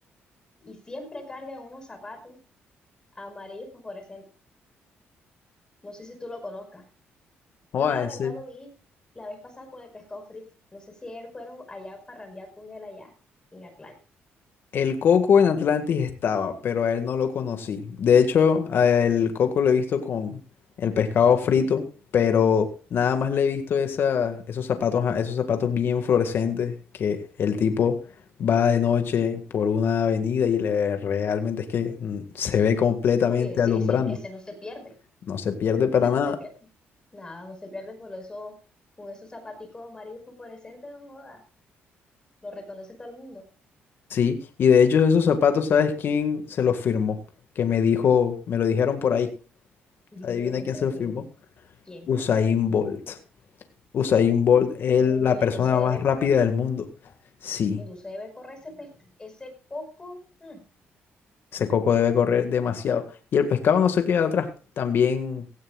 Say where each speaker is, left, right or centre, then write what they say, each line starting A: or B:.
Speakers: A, on the left; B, on the left.
A: Y siempre carga unos zapatos amarillos fosforescentes. No sé si tú lo conozcas. Yo
B: O a
A: la verdad
B: ese.
A: lo vi la vez pasada con el pescado frito. No sé si él fueron allá a parrandear con él allá en Atlanta.
B: El Coco en Atlantis estaba, pero a él no lo conocí. De hecho, a el Coco lo he visto con el pescado frito, pero nada más le he visto esa, esos zapatos, a- esos zapatos bien fluorescentes que el tipo va de noche por una avenida y le realmente es que mm, se ve completamente
A: Uy, ese,
B: alumbrando.
A: ese es que ese no se pierde.
B: No se pierde para
A: Esa no
B: nada.
A: se pierde. Nada, no se pierde, por eso, con esos zapaticos amarillos fosforescentes, no joda. Lo reconoce todo el mundo.
B: Sí, y de hecho esos zapatos, ¿sabes quién se los firmó? Que me dijo, me lo dijeron por ahí.
A: Dios
B: Adivina
A: mío, ¿quién
B: quién
A: se
B: se
A: lo
B: los
A: firmó?
B: firmó.
A: ¿Quién?
B: Usain Bolt. Usain Bolt es
A: Uy,
B: la persona
A: entonces debe
B: más rápida
A: correr.
B: del mundo. Sí,
A: Entonces debe correr ese, pes- ese coco. Mm,
B: ese coco debe correr demasiado. Y el pescado no se queda atrás. También